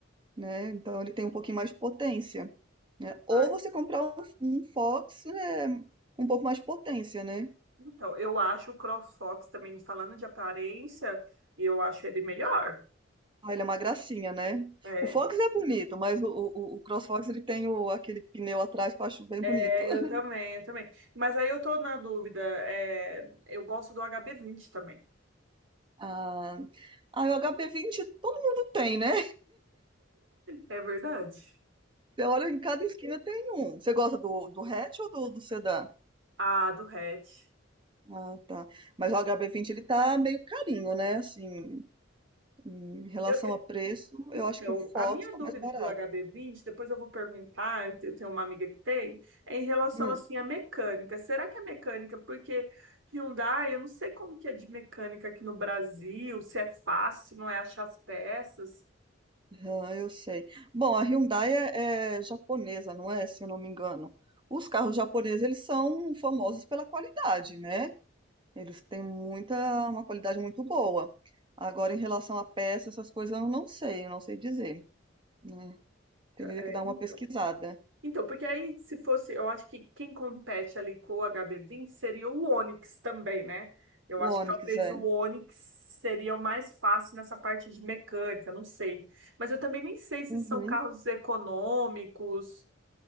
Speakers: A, on the right; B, on the right.
A: né? Então, ele tem um pouquinho mais de potência, né? Ou
B: Ah,
A: você comprar um, um Fox, né, com um pouco mais de potência, né?
B: então, eu acho o CrossFox também, falando de aparência, eu acho ele melhor.
A: Ah, ele é uma gracinha, né?
B: É,
A: O Fox é bonito, mas o, o, o CrossFox ele tem o, aquele pneu atrás que eu acho bem
B: é,
A: bonito. <laughs>
B: eu também, eu também. Mas aí eu tô na dúvida, é, eu gosto do hb vinte também,
A: Ah, ah, e o HB20 todo mundo tem, né?
B: é verdade?
A: Você olha em cada esquina tem um. Você gosta do, do hatch ou do, do sedã?
B: Ah, do hatch.
A: Ah, tá. Mas o HB20 ele tá meio carinho, né? Assim, em relação
B: Eu, eu-
A: a preço, eu
B: então,
A: acho que o Fox
B: a minha
A: tá
B: dúvida
A: mais barato.
B: do HB20, depois eu vou perguntar, eu te- eu tenho uma amiga que tem, é em relação,
A: Hum.
B: assim, à mecânica. Será que a mecânica, porque Hyundai, eu não sei como que é de mecânica aqui no Brasil, se é fácil, não é achar as peças.
A: Ah, eu sei. Bom, a Hyundai é, é japonesa, não é? Se eu não me engano. Os carros japoneses, eles são famosos pela qualidade, né? Eles têm muita, uma qualidade muito boa. Agora, em relação a peça, essas coisas eu não sei, eu não sei dizer, né? Teria
B: É,
A: que dar
B: então.
A: uma pesquisada.
B: Então, porque aí se fosse, eu acho que quem compete ali com o HB20 seria o Onix também, né? Eu
A: O
B: acho que
A: Onix,
B: talvez
A: é.
B: o Onix seria o mais fácil nessa parte de mecânica, não sei. Mas eu também nem sei se
A: Uhum.
B: são carros econômicos.